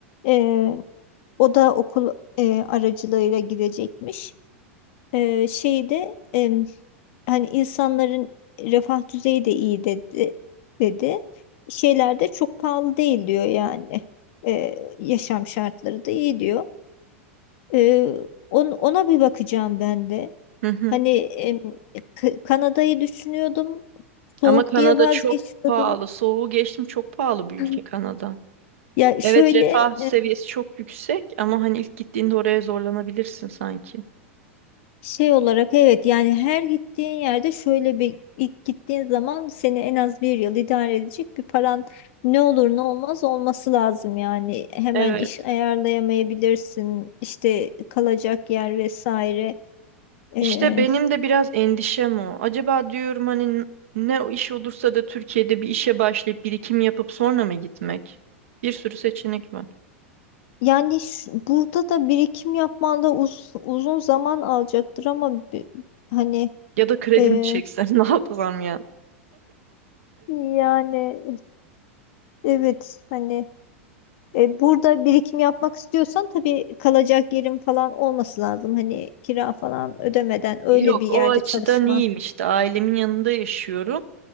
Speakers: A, on the left (about 60°); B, on the right (about 75°).
A: E, o da okul e, aracılığıyla gidecekmiş. Ee, şeyde em, hani insanların refah düzeyi de iyi dedi dedi. Şeyler de çok pahalı değil diyor yani. Ee, yaşam şartları da iyi diyor. Ee, on- ona bir bakacağım ben de.
B: Hı hı.
A: Hani em, K- Kanada'yı düşünüyordum. Soğuk
B: Ama Kanada
A: diye vazgeçiyordum.
B: çok pahalı. Soğuğu geçtim çok pahalı bir
A: <laughs>
B: ülke Kanada.
A: Ya şöyle
B: Evet refah seviyesi çok yüksek ama hani ilk gittiğinde oraya zorlanabilirsin sanki.
A: Şey olarak evet yani her gittiğin yerde şöyle bir ilk gittiğin zaman seni en az bir yıl idare edecek bir paran ne olur ne olmaz olması lazım yani hemen
B: Evet.
A: iş ayarlayamayabilirsin işte kalacak yer vesaire Ee,
B: İşte benim de biraz endişem o. Acaba diyorum hani n- ne o iş olursa da Türkiye'de bir işe başlayıp birikim yapıp sonra mı gitmek? Bir sürü seçenek var.
A: yani ş- burada da birikim yapman da uz- uzun zaman alacaktır ama bi- hani
B: Ya da kredi
A: e,
B: mi çeksem <laughs> ne yapsam
A: <laughs> yani evet hani E, burada birikim yapmak istiyorsan tabii kalacak yerin falan olması lazım. Hani kira falan ödemeden öyle
B: Yok
A: bir yerde
B: o açıdan
A: çalışman.
B: iyiyim işte ailemin yanında yaşıyorum.